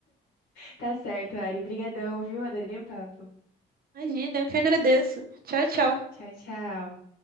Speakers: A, on the left (about 80°); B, on the right (about 50°).
A: Tá certo, Ari. Brigadão, viu? Adorei o papo.
B: Imagina, eu que agradeço. Tchau, tchau.
A: Tchau, tchau.